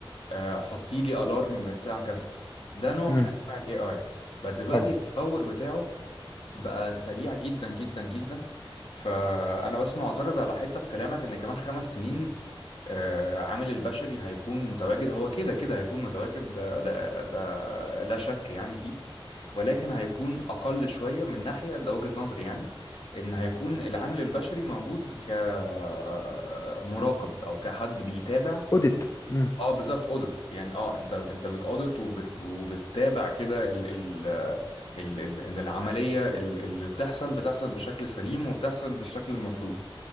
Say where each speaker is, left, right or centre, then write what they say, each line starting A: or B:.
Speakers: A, on the left (about 70°); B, on the left (about 35°).
A: آه، حطي لي الارم الساعه كذا ده نوع
B: مم.
A: من انواع الاي اي بقى دلوقتي
B: طبعا
A: التطور بتاعه بقى سريع جدا جدا جدا فانا بس معترض على حته في كلامك ان كمان خمس سنين آه، عامل البشري هيكون متواجد هو كده كده هيكون متواجد ده ده, ده لا شك يعني فيه ولكن هيكون أقل شوية من ناحية ده وجهة نظري يعني إن هيكون العامل البشري موجود كمراقب أو كحد بيتابع
B: اوديت مم،
A: اه بالظبط اوديت يعني اه انت انت بتاوديت وبت وبتتابع كده ال ال ال ال ان العمليه ال- اللي بتحصل بتحصل بشكل سليم وبتحصل بالشكل المطلوب